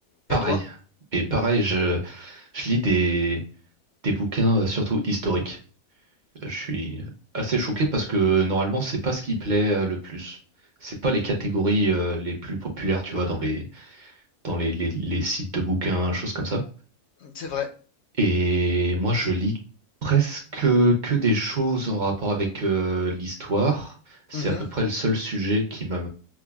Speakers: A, on the right; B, on the left.
A: pareil.
B: Et toi?
A: Et pareil, je, je lis des, des bouquins euh, surtout historiques. Je suis assez choqué parce que normalement, c'est pas ce qui plaît euh, le plus. C'est pas les catégories euh, les plus populaires, tu vois, dans les dans les, les, les sites de bouquins, choses comme ça.
B: C'est vrai.
A: Et moi, je lis presque que des choses en rapport avec euh, l'histoire. C'est
B: Mhm,
A: à peu près le seul sujet qui m'a